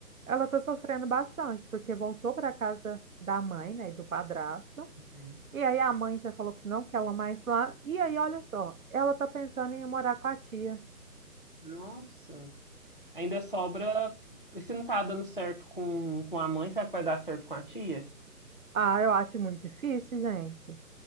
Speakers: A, on the right; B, on the left.
A: ela está sofrendo bastante, porque voltou para a casa da mãe, né, e do padrasto.
B: Uhum.
A: E aí a mãe já falou que não quer ela mais lá. E aí, olha só, ela está pensando em ir morar com a tia.
B: Nossa. Ainda sobra, se não tá dando certo com, com a mãe, será que vai dar certo com a tia?
A: Ah, eu acho muito difícil, gente.